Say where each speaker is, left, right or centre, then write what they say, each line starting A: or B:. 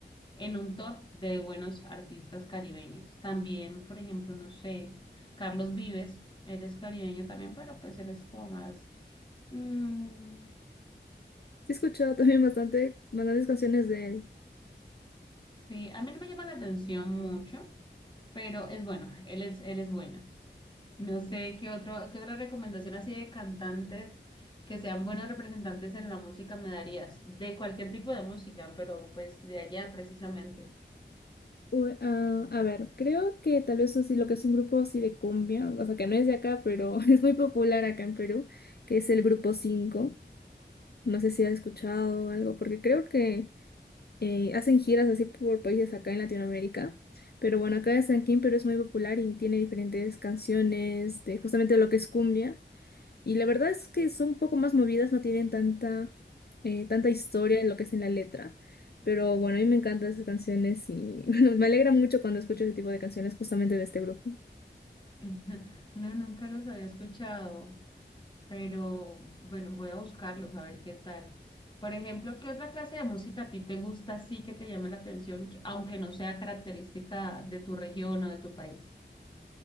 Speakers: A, on the left (about 25°); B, on the left (about 60°).
A: en un top de buenos artistas caribeños. También, por ejemplo, no sé, Carlos Vives, él es caribeño también, pero pues él es como más... mm,
B: he escuchado también bastante, bastantes canciones de él.
A: sí, a mí no me llama la atención mucho, pero es bueno, él es, él es bueno. No sé qué otro, qué otra recomendación así de cantantes que sean buenos representantes en la música me darías, de cualquier tipo de música, pero pues de allá precisamente.
B: Uy, ah, a ver, creo que tal vez así lo que es un grupo así de cumbia, o sea que no es de acá, pero <laughs> es muy popular acá en Perú, que es el grupo cinco No sé si has escuchado algo, porque creo que eh, hacen giras así por países acá en Latinoamérica. Pero bueno, acá es aquí en San Perú es muy popular y tiene diferentes canciones de justamente lo que es cumbia. Y la verdad es que son un poco más movidas, no tienen tanta, eh, tanta historia en lo que es en la letra. Pero bueno, a mí me encantan esas canciones y <laughs> bueno, me alegra mucho cuando escucho ese tipo de canciones justamente de este grupo.
A: <laughs> No, nunca los había escuchado. pero bueno, voy a buscarlos a ver qué tal. Por ejemplo, ¿qué otra clase de música a ti te gusta, sí que te llame la atención, que- aunque no sea característica de tu región o de tu país?